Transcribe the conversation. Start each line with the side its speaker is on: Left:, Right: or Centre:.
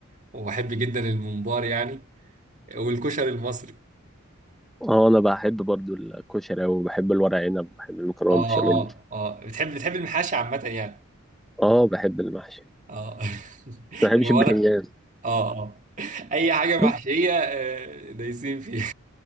Right: وبحب جدا الممبار يعني والكشري المصري
Centre: اه انا بحب برضه الكشري اوي وبحب الورق عنب وبحب المكرونة
Right: اه
Centre: بشاميل
Right: اه اه بتحب بتحب المحاشي عامة يعني
Centre: اه بحب المحشي
Right: اه <laughs>
Centre: ما بحبش البتنجان
Right: ورق اه اه اي حاجة محشية
Centre: <laughs>
Right: آه، دايسين فيها